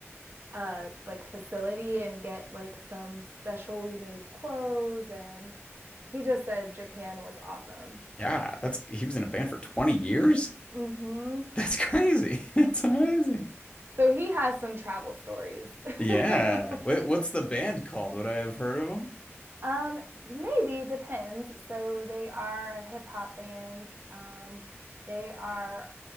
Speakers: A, on the right; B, on the left.
A: uh, like facility and get like some specially made clothes and he just said Japan was awesome.
B: Yeah, that's he was in a band for 20 years?
A: hmm
B: That's crazy. <laughs> That's amazing.
A: So he has some travel stories. <laughs>
B: Yeah. Wait, what's the band called? Would I have heard of him?
A: Um, maybe depends. So they are a hip hop band. Um, they are